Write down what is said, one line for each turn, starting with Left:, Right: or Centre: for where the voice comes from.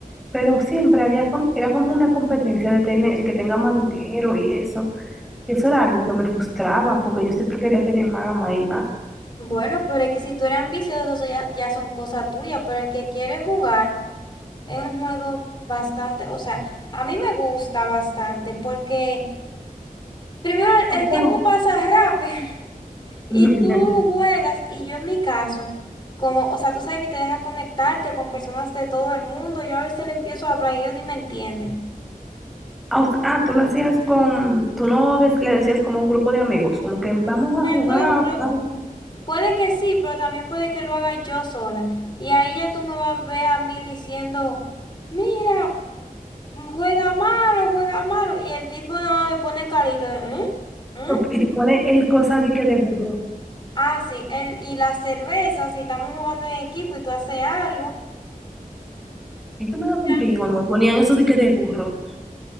Centre: pero siempre había com- era como una competencia de tener el que tenga más dinero y eso, y eso era algo que me frustraba porque yo siempre quería tener más, más y más.
Left: Bueno, pero es que si tú eres ambicioso, eso ya, ya son cosas tuyas, pero el que quiere jugar es un juego bastante, o sea, a mí me gusta bastante porque primero
Centre: O
Left: el, el
Centre: sea,
Left: tiempo pasa rápido <laughs> y
Centre: <laughs>
Left: tú juegas y yo en mi caso, como, o sea, tú sabes que te deja conectarte con personas de todo el mundo, yo a veces le empiezo a hablar y ellos ni me entienden.
Centre: Ah, o- ah, tú lo hacías con, tú no des- le decías como a un grupo de amigos, como que vamos
Left: No,
Centre: a jugar,
Left: yo puedo, yo
Centre: tal,
Left: puede que sí, pero también puede que lo haga yo sola. Y ahí ya tú me vas a ver a mí diciendo, mira, juega malo, juega malo. Y el tipo no me pone carita. ¿Eh? ¿Eh?
Centre: y te pone el cosa de que de burro.
Left: Ah, sí, el, y la cerveza, si estamos jugando en equipo y tú haces algo.
Centre: Esto me daba un
Left: Ya.
Centre: pico cuando me ponían esos diques de burro.